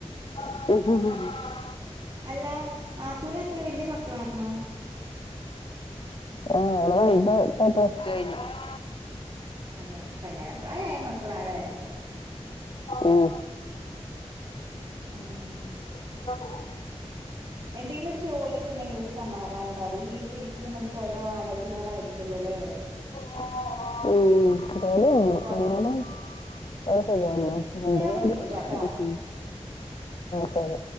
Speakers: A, on the left; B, on the right.
A: <inaudible>
B: അല്ല നാത്തൂന് എത്ര വല്യ മക്കളാണോ?
A: ആഹ്, ഓളെ വലുതാ പ പ്ലസ്റ്റു കഴ്ഞ്ഞ്. പ
B: അതെ, കല്യാണപ്രായായ മക്കളാലേ?
A: ഉം
B: ആഹ്
A: <inaudible>
B: എന്തെങ്കിലും ഒരു ജോലിയൊക്കെ ഇ ണ്ടെങ്കില് ഒരു സമാധാനംണ്ടാവും. ഈ വീട്ടിലിരിക്കുമ്പോ നമുക്ക് ഓരോ ആലോചനകളായിരിക്കല്ലോലേ. <inaudible>
A: ഉം അതന്ന <unintelligible>
B: പൊറത്ത്
A: <inaudible>
B: ഞാന് വിളിക്കാട്ടോ
A: ശരി